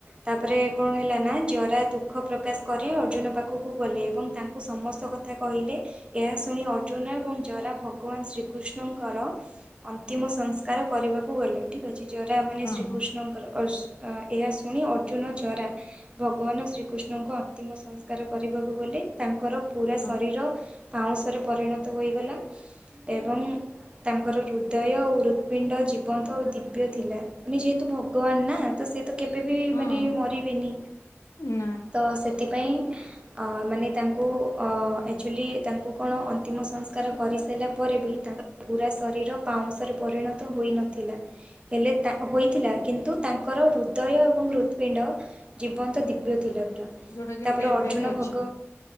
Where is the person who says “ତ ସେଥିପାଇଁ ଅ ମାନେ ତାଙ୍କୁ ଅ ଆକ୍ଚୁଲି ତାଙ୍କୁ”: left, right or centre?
Right